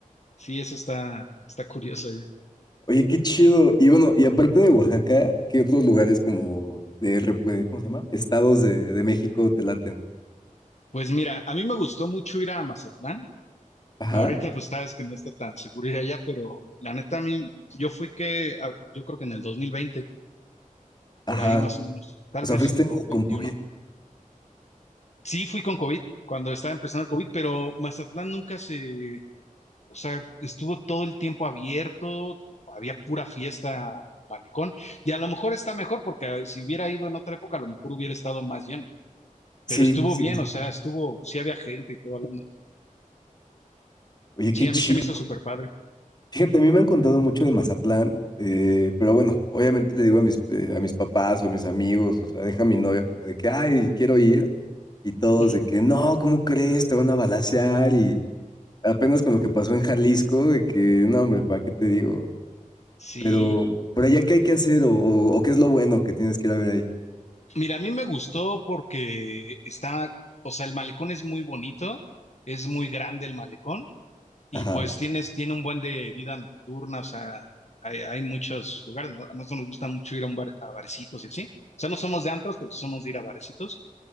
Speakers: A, on the left; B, on the left.
A: Sí, eso está, está curioso ya.
B: Oye, qué chido. Y bueno, y aparte de Oaxaca, ¿qué otros lugares como de, re- eh, ¿cómo se llama? Estados de, de México te laten.
A: Pues mira, a mí me gustó mucho ir a Mazatlán.
B: Ajá,
A: Ahorita pues sabes que no está tan seguro ir allá, pero la neta a mí, yo fui que, a- yo creo que en el 2020,
B: ajá.
A: por ahí más o menos, tal
B: O sea,
A: vez
B: fuiste
A: o
B: con
A: 21.
B: COVID.
A: Sí, fui con COVID cuando estaba empezando el COVID, pero Mazatlán nunca se, o sea, estuvo todo el tiempo abierto, había pura fiesta en el malecón, y a lo mejor está mejor porque ah, si hubiera ido en otra época, a lo mejor hubiera estado más lleno,
B: Sí,
A: pero estuvo
B: sí,
A: bien,
B: sí,
A: o sea,
B: sí.
A: estuvo, sí había gente y toda la onda.
B: Oye,
A: Sí,
B: qué chido.
A: a mí se me hizo súper padre.
B: Fíjate, a mí me han contado mucho de Mazatlán, eh, pero bueno, obviamente le digo a mis, eh, a mis papás o a mis amigos, o sea, deja a mi novia como de que, ay, quiero ir. Y todos
A: Ujú.
B: de que, no, ¿cómo crees? Te van a balacear y... Apenas con lo que pasó en Jalisco, de que, no, hombre, ¿para qué te digo?
A: Sí,
B: Pero, ¿por allá qué hay que hacer o, o- o qué es lo bueno que tienes que ir a ver ahí?
A: mira, a mí me gustó porque estaba, o sea, el malecón es muy bonito, es muy grande el malecón. Y
B: Ajá,
A: pues tienes, tiene un buen de vida nocturna, o sea, hay, hay muchos lugares. ¿no? A nosotros nos gusta mucho ir a, un bar- a barecitos y así. O sea, no somos de antros, pero sí somos de ir a barecitos.